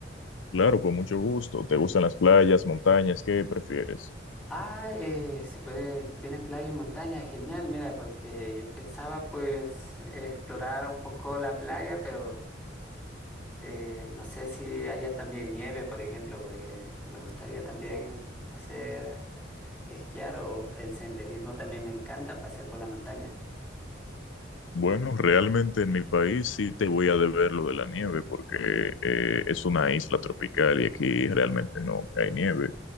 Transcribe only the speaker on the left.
Claro, con mucho gusto. ¿Te gustan las playas, montañas? ¿Qué prefieres?
Bueno, realmente en mi país sí te voy a deber lo de la nieve porque eh, es una isla tropical y aquí realmente no hay nieve.